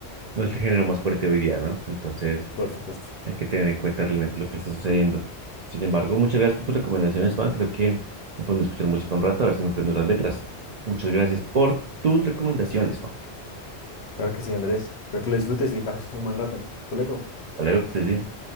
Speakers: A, on the right; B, on the left.
A: no es el género más fuerte hoy día, ¿no? Entonces
B: por supuesto.
A: hay que tener en cuenta realmente lo que está sucediendo. Sin embargo, muchas gracias por tus recomendaciones, Juan. Creo que me pondré a escuchar música un rato a ver si me aprendo las letras. Muchas gracias por tus recomendaciones, Juan.
B: Claro que sí, Andrés. Espero que lo disfrutes y pases un buen rato. Hasta luego.
A: Hasta luego, que estés bien.